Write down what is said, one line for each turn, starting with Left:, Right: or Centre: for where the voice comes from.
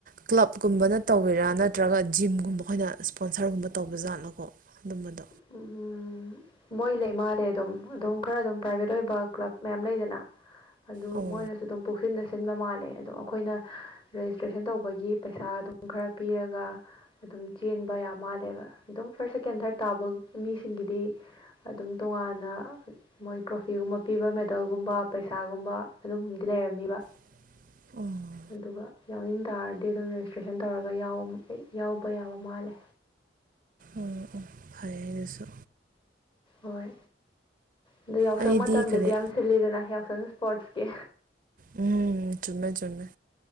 Right: ꯀ꯭ꯂꯕ ꯒ ꯨꯝꯕꯅ ꯇꯧꯕꯤꯔꯥ ꯅꯠꯇ꯭ꯔꯒ ꯖꯤꯝꯒꯨꯝꯕ ꯑꯩꯈꯣꯏꯅ ꯁ꯭ꯄꯣꯟꯁꯔꯒꯨꯝꯕ ꯇꯧꯕꯖꯥꯠꯂꯣꯀꯣ ꯑꯗꯨꯝꯕꯗꯣ
Left: ꯎꯝ ꯃꯣꯏ ꯂꯩ ꯏ ꯃꯥꯥꯂꯦ ꯑꯗꯨꯝ ꯑꯗꯨꯝ ꯈꯔ ꯑꯗꯨꯝ ꯄ꯭ꯔꯥꯏꯚꯦꯠ ꯑꯣꯏꯕ ꯀ꯭ꯂꯕ ꯃꯌꯥꯝ ꯂꯩꯗꯅ ꯑꯗꯨ
Right: ꯑꯣ
Left: ꯃꯣꯏꯅꯁꯨ ꯑꯗꯨꯝ ꯄꯨꯛꯁꯤꯟꯅꯁ ꯆꯤꯟꯕ ꯃꯥꯜꯂꯦ ꯑꯗꯣ ꯑꯩꯈꯣꯏꯅ ꯔꯦꯖꯤꯁꯇ꯭ꯔꯦꯁꯟ ꯇꯧꯕꯒꯤ ꯄꯩꯁꯥ ꯑꯗꯨꯝ ꯈꯔ ꯄꯤꯔꯒ ꯑꯗꯨꯝ ꯆꯦꯟꯕ ꯌꯥꯝ ꯃꯥꯜꯂꯦꯕ ꯑꯗꯨꯝ ꯐꯥꯔꯁ ꯁꯦꯀꯦꯟ ꯊꯥꯔꯠ ꯇꯥꯕ ꯃꯤꯁꯤꯡꯒꯤꯗꯤ ꯑꯗꯨꯝ ꯇꯣꯉꯥꯟꯅ ꯃꯣꯏ ꯇ꯭ꯔꯣꯐꯤꯒꯨꯝꯕ ꯄꯤꯕ ꯃꯦꯗꯜꯒꯨꯝꯕ ꯄꯩꯁꯥꯒꯨꯝꯕ ꯑꯗꯨꯝꯗꯤ ꯂꯩꯔꯝꯅꯤꯕ
Right: ꯎꯝ
Left: ꯑꯗꯨꯒ ꯌꯥꯎꯅꯤꯡ ꯇꯥꯔꯗꯤ ꯑꯗꯨꯝ ꯔꯦꯖꯤꯁꯇ꯭ꯔꯦꯁꯟ ꯇꯧꯔꯒ ꯑꯩ ꯌꯥꯎꯕ ꯌꯥꯕ ꯃꯥꯜꯂꯦ
Right: ꯎꯝ ꯎ ꯐꯩ ꯑꯗꯨꯁꯨ
Left: ꯍꯣꯏ ꯑꯗꯨ ꯌꯥꯎꯁꯪ
Right: ꯑꯩꯗꯤ
Left: ꯃꯇꯝꯗꯗꯤ
Right: ꯀꯔꯤ
Left: ꯌꯥꯝ ꯁꯤꯜꯂꯤꯗꯅ ꯌꯥꯎꯁꯪ ꯏꯁꯄꯣꯔꯠꯁꯀꯤ
Right: ꯎꯝ ꯆꯨꯝꯃꯦ ꯆꯨꯝꯃꯦꯃꯦ